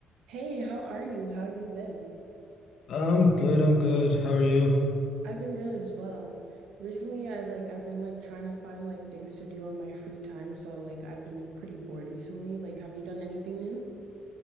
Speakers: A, on the right; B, on the left.
A: Hey, how are you? How you been?
B: I'm good, I'm good. How are you?
A: I've been good as well. Recently, I like I've been like trying to find like things to do on my free time, so like I've been pretty bored recently. Like, have you done anything new?